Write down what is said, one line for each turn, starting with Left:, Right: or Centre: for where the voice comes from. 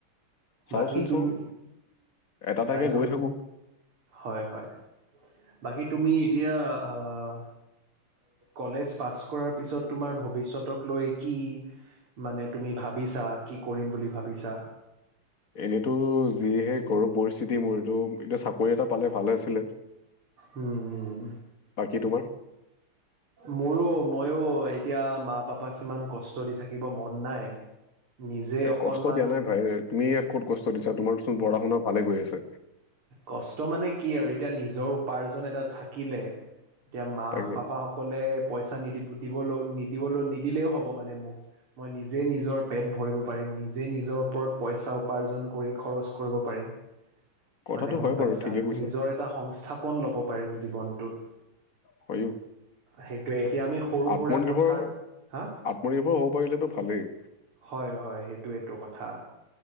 Left: চাওচোন
Right: বাকী তুমি
Left: চাও এটা এটাকে
Right: চাই লোৱা
Left: গৈ থাকো
Right: হয় হয় বাকী তুমি এতিয়া আহ কলেজ পাছ কৰাৰ পিছত তোমাৰ ভৱিষ্যতক লৈ কি মানে তুমি ভাবিছা কি কৰিম বুলি ভাবিছা
Left: এনেইতো যিহে ঘৰুৱৰ পৰিস্থিতি মোৰ এইটো এতিয়া চাকৰি এটা পালে ভালে আছিলে
Right: উম হুম
Left: বাকী তোমাৰ
Right: মোৰো মইয়ো এতিয়া মা পাপাক সিমান কষ্ট দি থাকিব মন নাই নিজে
Left: এ
Right: অকনমান
Left: কষ্ট দিয়া নাই ভাই তুমি ক'ত কষ্ট দিছ তোমাৰচোন পঢ়া শুনা ভালে গৈ আছে
Right: কষ্ট মানে কি আৰু এতিয়া নিজৰ উপাৰ্জন এটা থাকিলে এতিয়া মা
Left: তাকে
Right: পাপা সকলে পইচা নিদ দিব ল নি দিবলৈ নিদিলেও হ'ব মানে মোক মই নিজে নিজৰ পেট ভৰিব পাৰিম নিজে নিজৰ ওপৰত পইচা উপাৰ্জন কৰি খৰচ কৰিব পাৰিম
Left: কথাটো
Right: মানে গম
Left: হয়
Right: পাইছা
Left: বাৰু ঠিকে কৈছা
Right: নিজৰ এটা সংস্থাপন লব পাৰিম জীৱনটোত
Left: হয়
Right: সেইটোৱে এতিয়া আমি সৰু
Left: আত্মনিৰ্ভৰ
Right: সুৰা কথাৰ হা
Left: আত্মনিৰ্ভৰ হ'ব পাৰিলেতো ভালেই
Right: হয় হয় সেইটোৱটো কথা